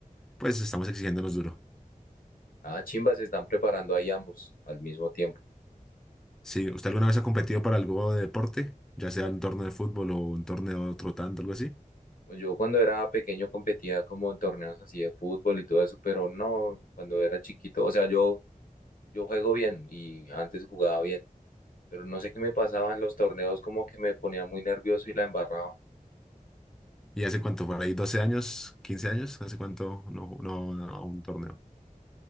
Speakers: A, in the centre; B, on the left.
A: pues estamos exigiéndonos duro.
B: Ah, chimba, se están preparando ahí ambos al mismo tiempo.
A: Si usted alguna vez ha competido para algo de deporte, ya sea un torneo de fútbol o un torneo trotando, algo así.
B: Pues yo cuando era pequeño competía como en torneos así de fútbol y todo eso, pero no, cuando era chiquito, o sea, yo, yo juego bien y antes jugaba bien, pero no sé qué me pasaba en los torneos, como que me ponía muy nervioso y la embarraba.
A: ¿Y hace cuánto? ¿Por ahí 12 años? quince años? ¿Hace cuánto no, no, no a un torneo?